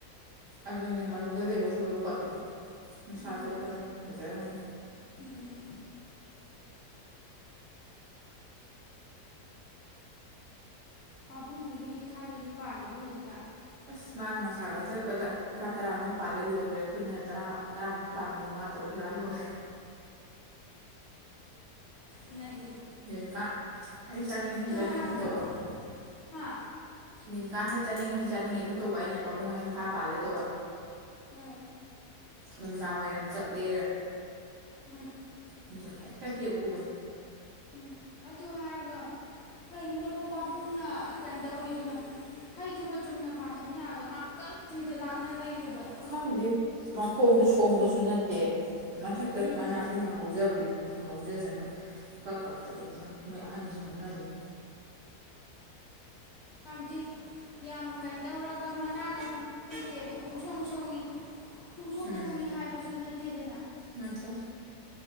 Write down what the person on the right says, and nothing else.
ꯑꯗꯨꯅꯦ ꯃꯔꯨꯝꯗ ꯂꯩꯕ ꯈꯣꯏꯕꯥꯎ ꯄꯠꯂꯦ ꯅꯨꯡꯁꯥ
ꯆꯠꯄꯅꯪ ꯐꯖꯔꯝꯃꯅꯤ
ꯑꯁ ꯃꯥꯅ ꯃꯁꯥ ꯀꯛꯊꯠꯄꯗꯥ ꯈꯥ ꯇꯔꯥꯃꯨꯛ ꯄꯥꯜꯂꯦ ꯂꯣꯏꯒꯔꯦ ꯑꯩꯈꯣꯏꯅ ꯇꯔꯥ ꯇꯔꯥꯃꯨꯛ ꯄꯥꯟꯕꯗꯣ ꯃꯉꯥ ꯇꯔꯨꯛ ꯍꯨꯔꯥꯜ ꯍꯧꯋꯦ
ꯂꯦꯟꯀꯥ ꯍꯩ ꯆꯥꯅꯤꯡꯉꯤ ꯍꯩ ꯆꯥꯅꯤꯡꯉꯤ
ꯑꯗꯨꯝ ꯇꯧꯕ
ꯂꯤꯅꯤꯀꯥ ꯍꯩ ꯆꯠꯅꯤꯡꯉꯦ ꯍꯩ ꯆꯠꯅꯤꯡꯉꯦ ꯑꯗꯨꯝ ꯇꯧꯕ ꯑꯩꯅ ꯄꯥꯕꯨꯡꯍꯣꯏ ꯍꯩ ꯈꯥ ꯄꯥꯜꯂꯦ ꯇꯧꯕ
ꯅꯨꯡꯗꯥꯡ ꯋꯥꯏꯔꯝ ꯆꯠꯂꯦ
ꯗꯨꯒ ꯍꯦꯛꯇ ꯍꯦꯛꯎꯕꯅꯤ
ꯈꯪꯗꯦ ꯃꯈꯣꯡꯗ ꯁꯣꯡꯕꯁꯨ ꯅꯠꯇꯦ ꯃꯊꯛꯇ
ꯃꯅꯥ ꯄꯨꯡꯅ ꯍꯧꯖꯕꯗꯨꯗꯤ ꯑꯗꯨꯝ ꯍꯧꯖꯁꯅꯨ ꯀꯛ ꯀꯛꯊꯠꯂꯤ ꯈꯪꯗꯦ ꯃꯣꯏ ꯑꯍꯟꯒꯤ ꯍꯧꯅꯕꯤꯅꯤ
ꯎꯝ
ꯅꯠꯇꯦ